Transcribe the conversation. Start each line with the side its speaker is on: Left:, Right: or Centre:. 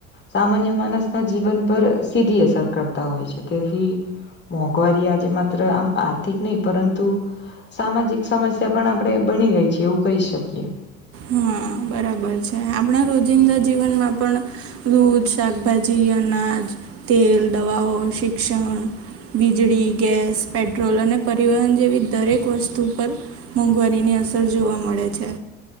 Left: સામાન્ય માણસના જીવન પર સીધી અસર કર તા હોય છે, તેથી મોંઘવારી આજે માત્ર આમ આર્થિક નહીં પરંતુ સામાજિક સમસ્યા પણ આપણે બની ગઈ છે એવું કહી શકીએ.
Right: હા બરાબર છે. આપણા રોજિંદા જીવનમાં પણ દૂધ, શાકભાજી, અનાજ, તેલ, દવાઓ, શિક્ષણ વીજળી, ગેસ, પેટ્રોલ, અને પરિવહન જેવી દરેક વસ્તુ પર મોંઘવારીની અસર જોવા મળે છે.